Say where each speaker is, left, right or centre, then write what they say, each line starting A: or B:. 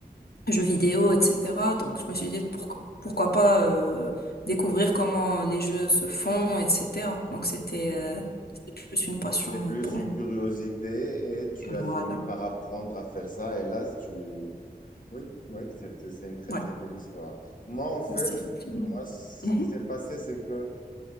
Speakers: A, on the left; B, on the left.
A: jeux vidéo, etc. Donc je me suis dit pourquoi pourquoi pas euh, découvrir comment les jeux se font, etc. Donc c'était
B: ouais.
A: euh, c'était plus une passion
B: C'était plus
A: euh, pour
B: une
A: moi.
B: curiosité et tu
A: Voilà.
B: as fini par apprendre à faire ça. Et là, tu... Oui, oui, c'est, c'est une très,
A: Ouais,
B: très belle histoire. Moi, en fait,
A: merci, effectivement.
B: moi, ce
A: Ouais,
B: qui
A: Mhm,
B: s'est passé, c'est que